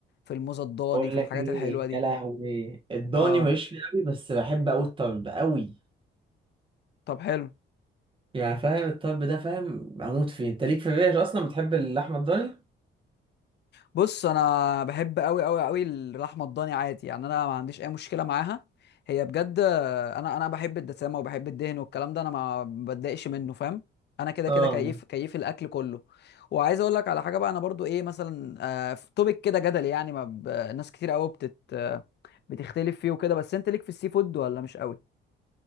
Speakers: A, on the left (about 60°); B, on the right (about 25°).
A: في الموز الضاني
B: بقول
A: في
B: لك
A: الحاجات
B: ايه
A: الحلوه دي
B: يا لهوي الضاني
A: اه
B: ماليش فيه قوي بس بحب قوي الطرب قوي
A: طب حلو
B: يعني فاهم الطرب ده فاهم بموت فيه انت ليك في الريش اصلا بتحب اللحمة الضاني
A: بص انا بحب قوي قوي قوي اللحمه الضاني عادي يعني انا ما عنديش اي مشكله معاها هي بجد انا انا بحب الدسامه وبحب الدهن والكلام ده انا ما بتضايقش منه فاهم انا كده
B: اه
A: كده كيف كيف الاكل كله وعايز اقول لك على حاجه بقى انا برضو ايه مثلا آه في توبيك كده جدل يعني ما ب... ناس كتير قوي بتت آه بتختلف فيه وكده بس انت ليك في السي فود ولا مش قوي